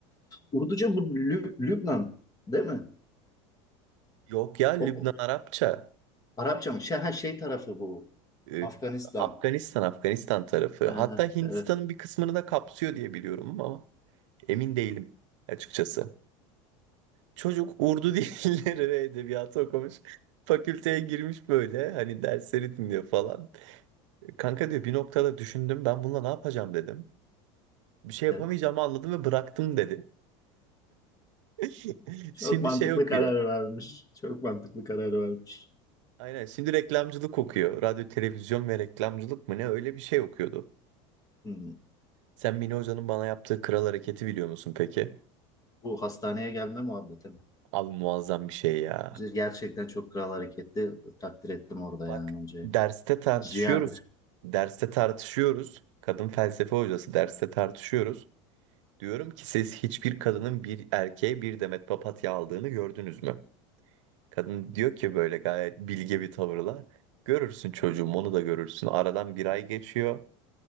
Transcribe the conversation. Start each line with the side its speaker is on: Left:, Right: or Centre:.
Left: Urduca bu Lüb- Lübnan değil mi?
Right: Yok ya Lübnan
Left: O, o-
Right: Arapça.
Left: Arapça mı? Şey, ha, şey tarafı bu.
Right: Ee,
Left: Afganistan.
Right: Afganistan, Afganistan tarafı.
Left: Ha,
Right: Hatta Hindistan'ın
Left: evet,
Right: bir kısmını da kapsıyor diye biliyorum ama emin değilim açıkçası. Çocuk Urdu <laughs> dilleri ve edebiyatı okumuş. Fakülteye girmiş böyle hani dersleri dinliyor falan. Kanka diyor bir noktada düşündüm ben bununla ne yapacağım dedim. Bir şey yapamayacağımı
Left: evet.
Right: anladım ve bıraktım dedi. <laughs>
Left: Çok
Right: Şimdi
Left: mantıklı
Right: şey okuyor.
Left: karar vermiş. Çok mantıklı karar vermiş.
Right: Aynen şimdi reklamcılık okuyor. Radyo, televizyon ve reklamcılık mı ne öyle bir şey okuyordu.
Left: Hı.
Right: Sen Mine Hoca'nın bana yaptığı kral hareketi biliyor musun peki?
Left: Bu hastaneye gelme muhabbeti mi?
Right: Abi muazzam bir şey ya.
Left: Gerçekten çok kral hareketli takdir ettim orada
Right: Bak
Left: yani hocayı.
Right: derste tartışıyoruz.
Left: Ciğerli.
Right: Derste tartışıyoruz. Kadın felsefe hocası derste tartışıyoruz. Diyorum ki siz hiçbir kadının bir erkeğe bir demet papatya aldığını gördünüz mü? Kadın diyor ki böyle gayet bilge bir tavırla. Görürsün çocuğum onu da görürsün. Aradan bir ay geçiyor.